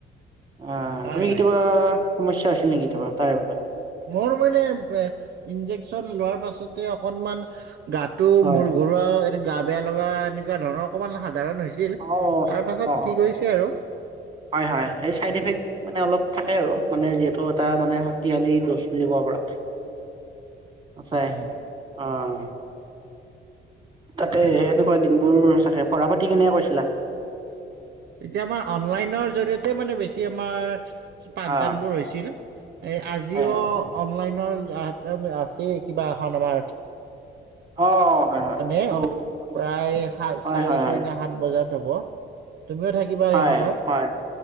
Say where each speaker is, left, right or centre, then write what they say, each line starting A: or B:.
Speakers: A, on the right (about 25°); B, on the right (about 55°).
A: আহ
B: হয়
A: তুমি কেতিয়াবা
B: হয়
A: সমস্যা আছিল নেকি কেতিয়াবা তাৰে বাবে?
B: মোৰ মানে ইনজেকচন লোৱাৰ পাছতে অকনমান গাত- টো
A: হয়।
B: মোৰ ঘৰুৱা আৰু এনে গা বেয়া লগা এনেকুৱা ধৰণৰ অকনমান সাধাৰণ হৈ- ছিল,
A: অ
B: তাৰ পাছত
A: অ অ
B: ঠিক হৈছে আৰু।
A: হয় হয়, এই চাইড এফেক্ট- মানে অলপ থাকে আৰু। মানে যিহেতু এটা মানে শক্তিশালী ড'জ বুলি ক'ব পৰা। আছে।
B: হয় হয়।
A: অঁ, তাতে এনেকুৱা দিনবোৰ চাগে পঢ়া পাতি কেনেকে কৰিছে? লা-
B: তেতিয়া আমাৰ অনলাইনৰ জৰিয়তে মানে বেছি আমাৰ পাঠদানবোৰ
A: অ
B: হৈছিল। এই আজিও
A: হয় হয় হয়
B: অনলাইনৰ আছে কিবা এখন আমাৰ।
A: অঁ, হয়। হয়
B: মানে
A: সেইটো
B: অলপ
A: হয়
B: প্ৰায় সাত,
A: হয়
B: চাৰে
A: হয়
B: ছয়, ন সাত বজাত হ'ব, তুমিও থাকি- বা
A: হয়
B: সেইখনত
A: হয়